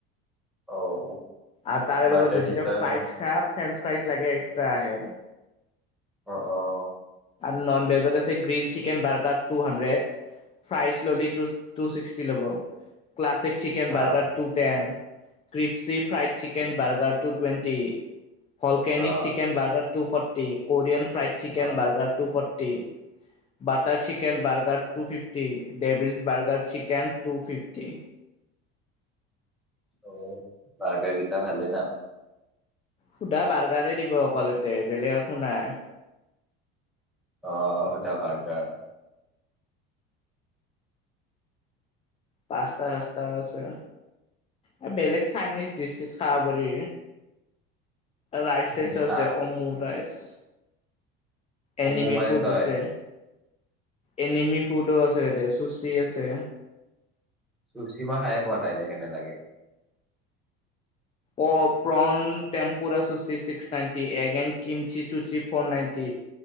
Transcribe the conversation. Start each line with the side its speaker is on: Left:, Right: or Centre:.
Centre: অ'।
Left: আৰু তাৰে
Centre: বাৰ্গাৰ
Left: লগত
Centre: কেইটা
Left: যদি ফ্ৰাইজ
Centre: ন
Left: খা, ফ্ৰেস ফ্ৰাইজ লাগে এক্সট্ৰা আহে।
Centre: অ' অ'।
Left: আৰু নন ভেজত আছে। Grill chicken burger two hundred fries ল'লি, টু টু ছিক্সটি ল'ব। Classic chicken, burger
Centre: uh uh
Left: two ten, crispy fried chicken burger two twenty, volcanic
Centre: uh
Left: chicken, burger two forty, Korean fried chicken
Centre: uh আচ্ছা
Left: burger two forty, butter chicken burger two fifty the devils burger chicken, two fifty
Centre: অ', বাৰ্গাৰকেইটা ভালে দাম
Left: সুধা বাৰ্গাৰে দিব অকল ইয়াতে বেলেগ একো নাই
Centre: অ', সুদা বাৰ্গাৰ।
Left: পাস্তা চাস্তা আছে, এ বেলেগ চাইনিজ ডিচি চিচ খাব পাৰি ৰাইচ
Centre: উম
Left: ৰাইচ আছে
Centre: আ
Left: অমু ৰাইচ
Centre: অ
Left: এনিমি
Centre: মোৰ মানে
Left: ফুড
Centre: তই
Left: আছে। এনিমি ফুডো আছে, এতিয়া চুচি আছে।
Centre: চুচিমাই খায়ে পোৱা নাই দে, কেনে লাগে
Left: অ', প্ৰন টেম্পুৰৰা আছচি ছিক্স নাইনটি, এগেন কিম টুচ্ৰী ফ'ৰ নাইনটি